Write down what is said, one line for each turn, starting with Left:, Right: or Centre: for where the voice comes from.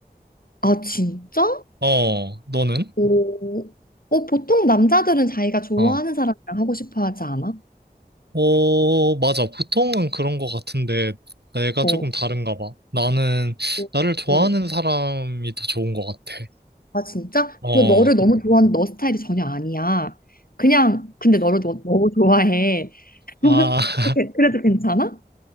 Left: 아, 진짜?
Right: 어, 너는?
Left: 오, 어, 보통 남자들은 자기가 좋아하는
Right: 어,
Left: 사람이랑 하고 싶어 하지 않아?
Right: 어, 맞아. 보통은 그런 것 같은데 내가
Left: 어,
Right: 조금 다른가 봐. 나는
Left: 어,
Right: 나를 좋아하는
Left: 어.
Right: 사람이 더 좋은 것 같아.
Left: 아, 진짜?
Right: 어,
Left: 근데 너를 너무 좋아하는 너 스타일이 전혀 아니야. 그냥, 근데 너를 너, 너무 좋아해.
Right: 아,
Left: <laughs> 그래-
Right: <laughs>
Left: 그래도 괜찮아?